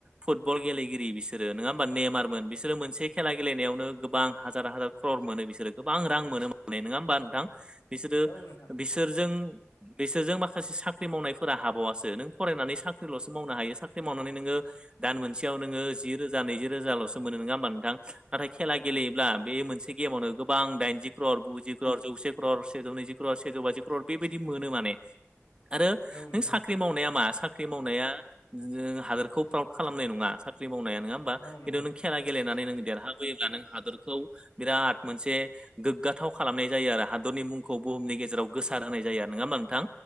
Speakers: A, on the right; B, on the left.
A: फुटबल गेलेगिरि बिसोरो नङा होमबा नेमारमोन बिसोरो मोनसे खेला गेलेनायावनो गोबां हाजार हाजार क्रर मोनो बिसोरो गोबां रां मोनो माले नङा होमबा नोंथां बिसोरो
B: औ नोंथां
A: बिसोरजों बिसोरजों माखासे साख्रि मावनायफोरा हाबावासो नों फरायनानै साख्रिल'सो मावनो हायो साख्रि मावनानै नोङो दान मोनसेयाव नोङो जि रोजा नैजि रोजाल'सो मोनो नङा होमबा नोंथां नाथाय खेला गेलेयोब्ला बे मोनसे गेमावनो गोबां दाइनजि क्रर गुजि क्र' जौसे क्रर सेजौ नैजि क्रर सेजौ बाजि क्रर बेबायदि मोनो माने आरो
B: औ नोंथां
A: नों साख्रि मावनाया मा? साख्रि मावनाया जों हादोरखौ फ्राउद खालामनाय नङा साख्रि मावनाया नङा होमबा।
B: औ नोंथां
A: खिनथु खेला गेलेनानै नों देरहाबोयोब्ला नों हादरखौ बिराद मोनसे गोग्गाथाव खालामनाय जायो आरो हादरनि मुंखौ बुहुमनि गेजेराव गोसार होनाय जायो आरो नङाोमा नोंथां।